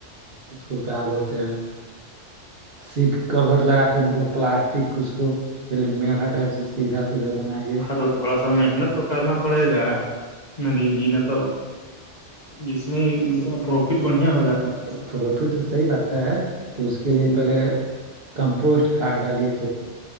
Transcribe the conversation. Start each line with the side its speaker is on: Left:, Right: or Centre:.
Right: اس کو کیا بولتے ہیں سیٹ کور لگا کے مطلب پلاسٹک اس کو پہلے میڑھا ٹائپ سے سیدھا ک بنائیے
Left: ہاں تو تھوڑا سا محنت تو کرنا پڑے گا ندیم جی نے تو اس میں پروفٹ بڑھیا ہو جاتا ہے آپ
Right: پروفٹ صحی بات ہے تو اس
Left: کو
Right: کے لیے پہلے کمپوسٹ کھاد ڈالیے کھیت میں